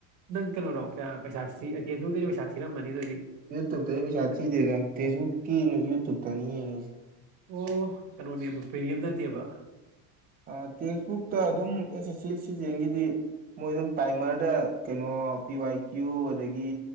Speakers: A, on the right (about 40°); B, on the right (about 20°).
A: ꯅꯪ ꯀꯩꯅꯣꯔꯣ ꯀꯌꯥ ꯄꯩꯁꯥ ꯁꯤ ꯑ ꯇꯦꯁꯕꯨꯛ ꯇꯩꯗꯤ ꯄꯩꯁꯥ ꯊꯤꯔꯝꯃꯅꯤ ꯑꯗꯨꯏꯗꯤ
B: ꯌꯨꯇꯨꯞꯇꯅꯤ ꯄꯩꯁꯥ ꯊꯤꯗꯦꯗ ꯇꯦꯁꯕꯨꯛꯀꯤ ꯌꯨꯇꯨꯞꯇꯅꯤ ꯌꯦꯡꯉꯤꯖ
A: ꯑꯣ ꯀꯩꯅꯣꯅꯦꯕ ꯄ꯭ꯔꯤꯃꯤꯌꯝ ꯅꯠꯇꯦꯕ
B: ꯑꯥ ꯇꯦꯛꯁꯕꯨꯛꯇ ꯑꯗꯨꯝ ꯑꯦꯁ ꯑꯦꯁ ꯁꯤ ꯁꯤꯖꯤꯑꯦꯟꯒꯤꯗꯤ ꯃꯣꯏ ꯑꯗꯨꯝ ꯇꯥꯏꯃꯔꯗ ꯀꯩꯅꯣ ꯄꯤ ꯋꯥꯏ ꯀ꯭ꯌꯨ ꯑꯗꯒꯤ